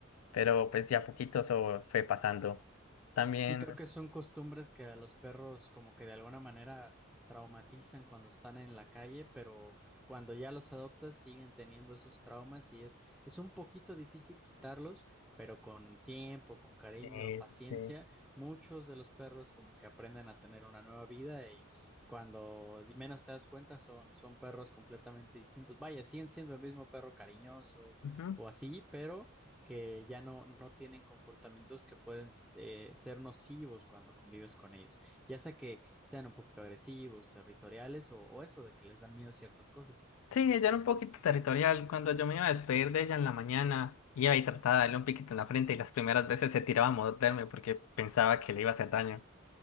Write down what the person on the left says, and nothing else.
Pero pues ya poquito eso fue pasando. También.
eh,
sí.
Ujú.
Sí, ella era un poquito territorial. Cuando yo me iba a despedir de ella en la mañana, iba y trataba de darle un piquito en la frente y las primeras veces se tiraba a morderme porque pensaba que le iba a hacer daño.